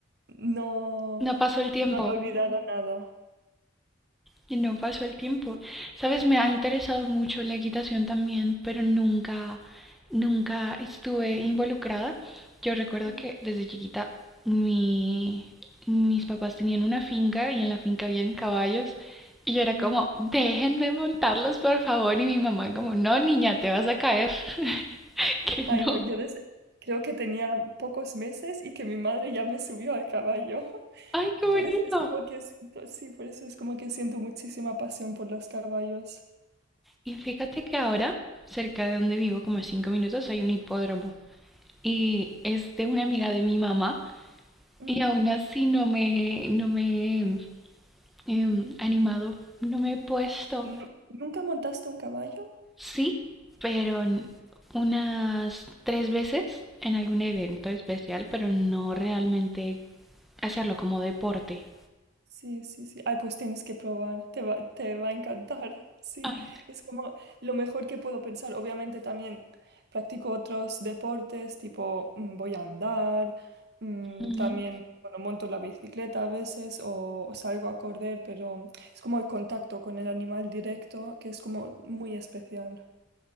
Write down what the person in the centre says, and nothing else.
no pasó el tiempo.
Y no pasó el tiempo. Sabes, me ha interesado mucho la equitación también, pero nunca, nunca estuve involucrada. Yo recuerdo
que desde chiquita mi, mis papás tenían una finca y en la finca habían caballos. Y yo era
como, déjenme montarlos, por favor. Y mi mamá como, no, niña, te vas a caer. <laughs> Que
no.
Ay, qué bonito.
Y fíjate que ahora, cerca de donde vivo, como a cinco minutos, hay un hipódromo. Y es de una amiga de mi mamá
Y aún así no me, no me he em, animado, no me he puesto.
Sí, pero n- unas tres veces en algún evento especial, pero no realmente hacerlo como deporte.
Ay, sí.
Ujú.